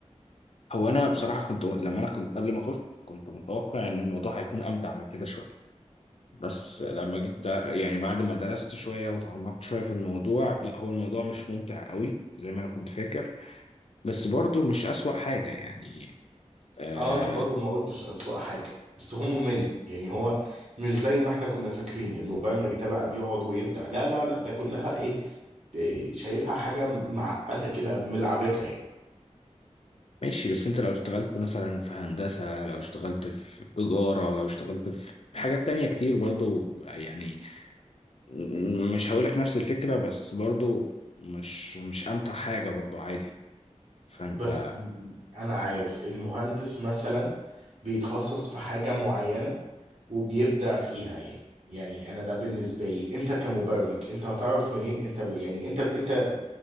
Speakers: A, on the left; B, on the right.
A: هو انا بصراحه كنت لما انا كنت قبل ما اخش كنت متوقع ان الموضوع هيكون امتع من كده شويه بس لما جيت ده يعني بعد ما درست شويه وتعمقت شويه في الموضوع لا هو الموضوع مش ممتع قوي زي ما انا كنت فاكر بس برضو مش اسوأ حاجه يعني آه
B: اه انا برضو ما قلتش اسوأ حاجة بس هو ممل يعني هو مش زي ما احنا كنا فاكرين المبرمج ده بقى بيقعد ويبدع لا لا لا ده كلها ايه إيه، شايفها حاجة معقدة كده ملعبكة يعني
A: ماشي بس انت لو اشتغلت مثلا في هندسة لو اشتغلت في تجارة لو اشتغلت في حاجات تانية كتير برضو يعني م- مش هقولك نفس الفكرة بس برضو مش مش امتع حاجة برضو عادي فانت
B: بس م- انا عارف المهندس مثلا بيتخصص في حاجة معينة وبيبدع فيها يعني يعني انا ده بالنسبة لي انت كمبرمج انت هتعرف منين انت ب... يعني انت انت